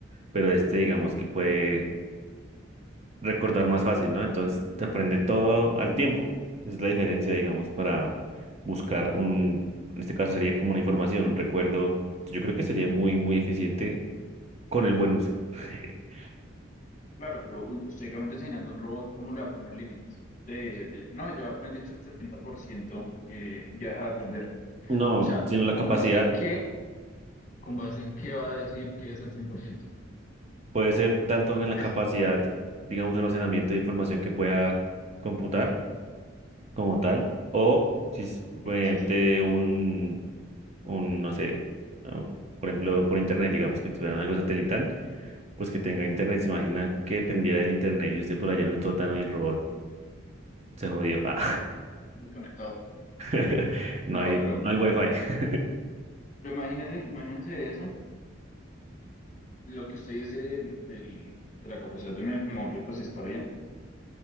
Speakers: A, on the right (about 35°); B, on the left (about 40°).
A: pero este digamos que puede recordar más fácil, ¿no? Entonces te aprende todo al tiempo. Esa es la diferencia, digamos, para buscar un, en este caso sería como una información, un recuerdo. Yo creo que sería muy, muy eficiente con el buen uso. <laughs>
B: Claro, pero u- usted, digamos, diseñando un robot, ¿cómo le va a poner límites? De, de, no, ya aprendiste el 70%, eh, ya deja de aprender.
A: No,
B: O sea,
A: sino la
B: ¿con
A: capacidad,
B: base en qué? ¿Con base en qué va a decir que es el 100%?
A: puede ser tanto en la
B: <coughs>
A: capacidad, digamos, de almacenamiento de información que pueda computar como tal, o si es
B: Bueno,
A: mediante
B: eso sí,
A: un, un, no sé, ah, por ejemplo, por internet, digamos, que tuvieran algo satelital, pues que tenga internet. ¿Se imagina que dependiera del internet y usted por allá en un sótano y el robot se jodió? Ah.
B: desconectado.
A: <laughs> No
B: No,
A: hay,
B: pero,
A: no hay wifi. <laughs>
B: pero imagínese, imagínense eso, lo que usted dice del, del- de la capacidad de memoria, pues está bien,